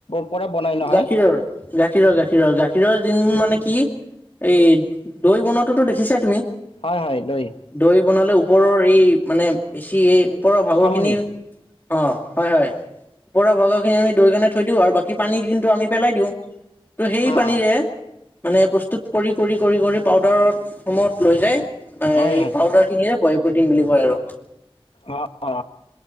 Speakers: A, on the left; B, on the left.
A: পৰা বনাই নহয়
B: গাখীৰৰ, গাখীৰৰ, গাখীৰৰ, গাখীৰৰ যি মানে নে কি? এই দৈ বনোৱাতোতো দেখিছাই তুমি?
A: হয়-হয়, লই।
B: দৈ বনালে ওপৰৰ এই মানে বেছি এই ওপৰৰ ভাগৰখিনি,
A: চামনি
B: অ, হয়- হয়। ওপৰৰ ভাগৰ খিনি আমি দৈ কানে থৈ দিওঁ আৰু বাকী পানী সিন্তু আমি পেলাই দিওঁ। ত' সেই
A: অঁ
B: পানীৰে
A: অঁ
B: মানে প্ৰস্তুত কৰি কৰি কৰি কৰি পাউদাৰত সময়ত লৈ যায় এই
A: হয় হয়
B: পাউদাৰ সিনি ৰে <unintelligible> কোটিন বুলি কয় আৰু
A: অ অ,